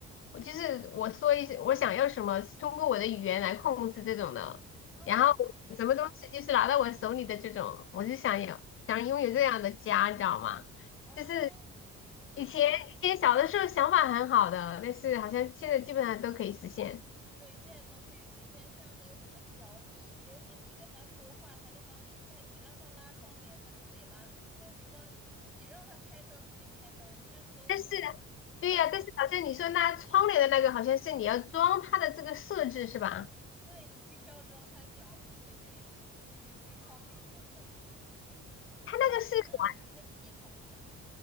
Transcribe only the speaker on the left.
我就是我说一些我想要什么，是通过我的语言来控制这种的，
然后什么东西就是拿到我手里的这种，
我就想有想拥有这样的家，你知道吗？
就是
以前以前小的时候想法很好的，但是好像现在基本上都可以实现。
但是，
对呀、但是好像你说那窗帘的那个，好像是你要装它的这个设置是吧？
它那个是软